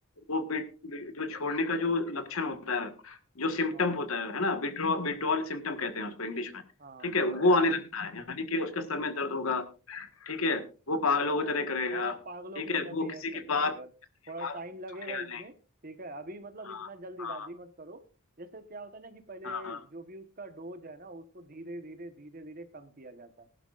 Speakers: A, on the left; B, on the right.
A: वो बिट जो छोड़ने का जो लक्षण होता है जो सिम्टम
B: हाँ
A: होता है है ना विड्रॉ विड्रॉल सिम्टम कहते हैं उसको इंग्लिश में
B: हाँ
A: ठीक है वो
B: हाँ
A: आने लगता है यानी कि उसका सर में दर्द होगा ठीक है वो पागलों
B: हाँ
A: की तरह करेगा
B: हाँ पागलों
A: ठीक
B: की तरह
A: है वो
B: बिहेव
A: किसी की
B: करने
A: बात
B: लगेगा थोड़ा
A: किसी की बात
B: टाइम लगेगा
A: सुनेगा
B: इसमें
A: नहीं
B: ठीक है अभी मतलब
A: हाँ
B: इतना जल्दीबाजी
A: हाँ
B: मत करो जैसे क्या होता है ना कि पहले
A: हाँ
B: जो भी उसका डोज है ना उसको धीरे धीरे धीरे धीरे कम किया जाता है